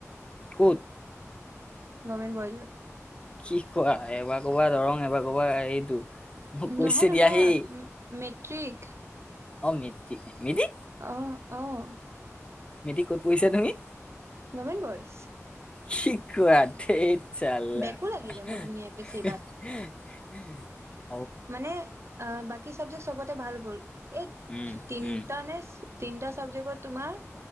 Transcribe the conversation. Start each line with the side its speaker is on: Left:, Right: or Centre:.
Left: ক'ত?
Right: গমেন বয়জত।
Left: কি কোৱা এবাৰ কবা দৰং এবাৰ কবা এইটো। মোক কৈছে
Right: নহয় নহয়
Left: দিয়া সেই
Right: মেট্ৰিক
Left: অ, মেত্ৰি মিদি
Right: অহ, অ,
Left: মেট্ৰিক ক'ত পঢ়িছা তুমি?
Right: গমেণ্ট বইচ।
Left: কি কোৱা ধেইট চাল্লা!
Right: বেকো লাগিলে
Left: <unintelligible>
Right: মোৰ ধুনীয়াকে চিবাত। মানে আ বাকী চাবজেক্ট চবতে ভাল গ'ল এই
Left: উম
Right: তিনটা
Left: উম
Right: নে তিনটা ছাবজেক্টত তোমাৰ